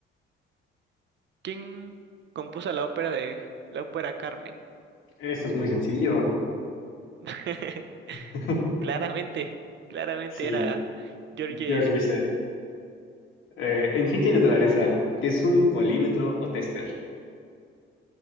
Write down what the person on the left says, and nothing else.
Esto es muy sencillo.
<laughs>
Sí,
George Bizet. Eh, en ciencia y naturaleza, ¿qué es un polímetro o tester?